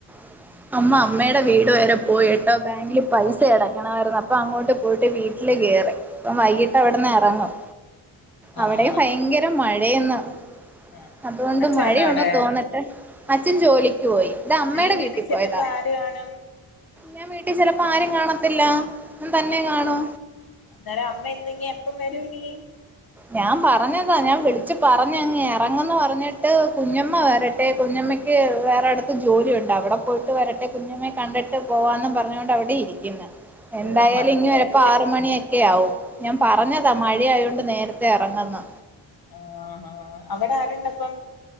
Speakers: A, in the centre; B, on the left.
A: <inaudible> അമ്മ അമ്മേടെ വീട് വരെ പോയിട്ടോ ബാങ്കില് പൈസ അടക്കണായിരുന്നു അപ്പൊ അങ്ങോട്ട് പോയിട്ട് വീട്ടില് കേറി ഇപ്പം വൈകിട്ട് അവിടെന്ന് എറങ്ങും
B: ആഹ്
A: അവിടെം ഭയങ്കര
B: ആഹ് ആഹ്
A: മഴയെന്ന്
B: ആഹ്
A: അതുകൊണ്ട്
B: അച്ഛൻ
A: മഴയൊന്നും
B: ഉണ്ടോ അവിടെ
A: തോന്നി - ട്ട് അച്ഛൻ ജോലിക്ക് പോയി ഇത് അമ്മേടെ
B: നീ വീട്ടിൽ
A: വീട്ടിപോയതാ
B: ചെല്ലുമ്പോ ആര് കാണും
A: ഞാൻ വീട്ടിൽ ചെലപ്പോ ആരും കാണത്തില്ല ഞാൻ തന്നെ കാണൂ
B: അന്നേരം അമ്മ ഇനിയെപ്പം വരും ഇനി
A: ഞാൻ പറഞ്ഞതാ ഞാൻ വിളിച്ചു പറഞ്ഞയങ്ങ് എറങ്ങെന്ന് പറഞ്ഞിട്ട് കുഞ്ഞമ്മ വര ട്ടെ കുഞ്ഞമ്മയ്ക്ക് വേറെരുടത്ത് ജോലിയുണ്ട് അവിടെ പോയിട്ട് വരട്ടെ കുഞ്ഞമ്മെ കണ്ടിട്ട് പോവാന്നും പറഞ്ഞൊണ്ട് അവിടെ ഇരി- രിക്കുന്നെ എന്തായാലും
B: ഓഹ് മഴ
A: ഇഞ്ഞി വെരുമ്പോ
B: വരുവല്ലേ
A: ആറ് മണിയൊക്കെയാവും ഞാൻ പറഞ്ഞതാ മഴ ആയൊണ്ട് നേരത്തെ ത്തെ എറങ്ങെന്ന്
B: ആഹ് ആഹ് അവിടെ ആരുണ്ട് അപ്പം